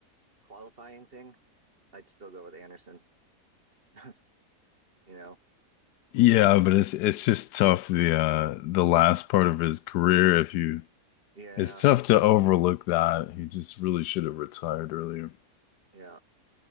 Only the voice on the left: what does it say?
Yeah, but it's it's just tough the uh the last part of his career if you
It's tough to overlook that. He just really should have retired earlier.